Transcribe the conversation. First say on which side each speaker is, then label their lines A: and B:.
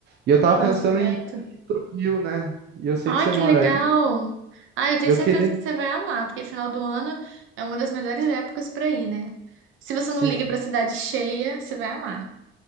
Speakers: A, on the right (about 55°); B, on the right (about 70°).
A: E eu tava
B: tá
A: pensando
B: certo.
A: em ir pro Rio, né? E eu sei
B: Ai,
A: que você
B: que
A: mora
B: legal!
A: aí,
B: Ai, eu tenho
A: e eu
B: certeza
A: queria,
B: que você vai amar, porque final do ano é uma das melhores épocas pra ir, né? Se você
A: sim.
B: não liga pra cidade cheia, você vai amar.